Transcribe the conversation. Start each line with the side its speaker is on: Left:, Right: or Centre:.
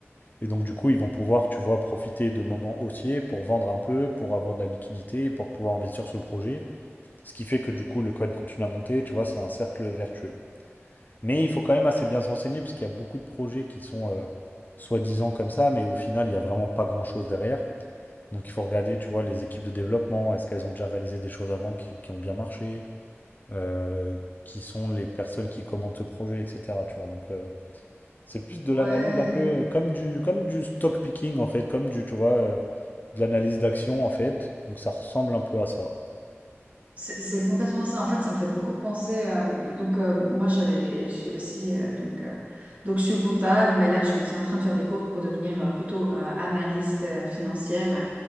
Left: Et donc, du coup, ils vont pouvoir, tu vois, profiter de moments haussiers pour vendre un peu, pour avoir de la liquidité, pour pouvoir investir sur le projet. Ce qui fait que, du coup, le coin continue à monter, tu vois, c'est un cercle vertueux. Mais il faut quand même assez bien se renseigner parce qu'il y a beaucoup de projets qui sont euh, soi-disant comme ça, mais au final, il n'y a vraiment pas grand-chose derrière. Donc, il faut regarder, tu vois, les équipes de développement, est-ce qu'elles ont déjà réalisé des choses avant qui, qui ont bien marché, Euh, qui sont les personnes qui commentent ce projet, etc. Tu vois, donc euh, c'est plus de
Right: Ouais.
Left: l'analyse un peu euh, comme du, comme du stock picking en fait, comme du, tu vois, euh, de l'analyse d'action en fait. Donc ça ressemble un peu à ça.
Right: C'est c'est complètement ça. En fait, ça me fait beaucoup repenser. euh, donc, euh, moi, j'avais, j'ai aussi. euh, donc, euh, donc, je suis comptable, mais là, je suis aussi en train de faire des cours pour devenir euh, plutôt euh, analyste euh, financière, euh,